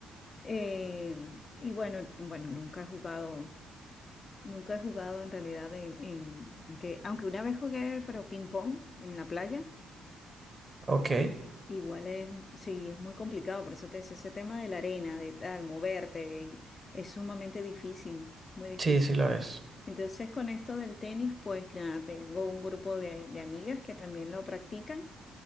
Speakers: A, on the left; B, on the right.
A: Eh, y bueno, bueno, nunca he jugado, nunca he jugado en realidad en, en- aunque, aunque una vez jugué, pero ping pong en la playa.
B: Ok.
A: Igual es un- sí, es muy complicado, por eso te decía, ese tema de la arena, de tal, moverte, y es sumamente difícil, muy difícil.
B: Sí, sí lo es.
A: Entonces con esto del tenis, pues nada, tengo un grupo de, de amigas que también lo practican